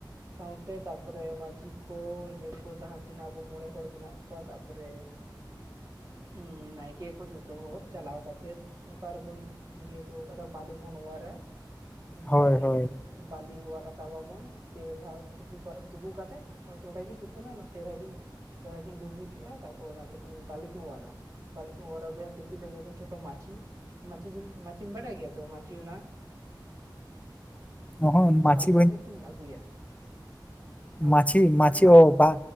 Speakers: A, on the right; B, on the left.
A: ᱥᱟᱶᱛᱮ ᱛᱟᱯᱚᱨᱮ ᱢᱟᱹᱡᱷᱤ ᱠᱚ ᱤᱭᱟᱹ ᱠᱚ ᱡᱟᱦᱟᱸ ᱛᱤᱱᱟᱹᱜ? ᱟᱵᱚ ᱢᱚᱬᱮ ᱦᱚᱲ ᱢᱮᱱᱟᱜ ᱠᱚᱣᱟ ᱛᱟᱯᱚᱨᱮ᱾ ᱦᱩᱸ ᱱᱟᱭᱠᱮ ᱠᱚ ᱡᱷᱚᱛᱚ ᱦᱚᱲ ᱪᱟᱞᱟᱣ ᱠᱟᱛᱮᱜ ᱫᱚ᱾ ᱚᱠᱟᱨᱮᱵᱚᱱ ᱤᱭᱟᱹ ᱚᱴᱚ ᱟᱠᱟᱫᱟ ᱵᱟᱞᱤ ᱵᱚᱱ ᱚᱣᱟᱨ-ᱟ
B: ᱦᱳᱭ
A: ᱵᱟᱨᱤ?
B: ᱦᱳᱭ
A: ᱵᱟᱞᱤ ᱚᱣᱟᱨ ᱨᱟᱠᱟᱵ ᱟᱵᱚᱱ ᱯᱮ ᱫᱷᱟᱣ ᱛᱩᱯᱩ ᱛᱩᱯᱩ ᱠᱟᱛᱮᱜ᱾ ᱚᱸᱰᱮ ᱠᱤᱱ ᱛᱩᱯᱩᱱᱟ ᱯᱮᱫᱷᱟ ᱠᱤᱱ ᱯᱮᱫᱷᱟᱠᱤᱱ ᱰᱩᱵᱩᱡᱚᱜ-ᱟ ᱛᱟᱨᱯᱚᱨ ᱚᱱᱟ ᱠᱚᱛᱮ ᱵᱟᱹᱞᱤ ᱠᱤᱱ ᱚᱣᱟᱨᱟ᱾ ᱵᱟᱞᱤ ᱠᱤᱱ ᱚᱣᱟᱨ ᱟᱹᱜᱩᱭᱟ ᱫᱤᱯᱤᱞ ᱟᱹᱜᱩᱭᱟᱠᱤᱱ ᱪᱷᱳᱴᱳ ᱢᱟᱹᱪᱤ᱾ ᱢᱟᱹᱪᱤᱢ ᱵᱤᱱ ᱢᱪᱤᱢ ᱵᱟᱰᱟᱭ ᱜᱮᱭᱟ ᱛ ᱢᱟᱹᱪᱤ ᱚᱱᱟ?
B: ᱚᱦᱚᱸ
A: ᱦᱟᱢᱟᱞ
B: ᱢᱟᱹᱪᱷᱤ
A: ᱠᱟᱛᱮ ᱠᱤᱱ ᱟᱹᱜᱩᱭᱟ᱾ ᱦᱳᱭ
B: ᱢᱟᱹᱪᱤ ᱢᱟᱹᱪᱤ
A: ᱦᱳᱭ
B: ᱚ ᱵᱟ᱾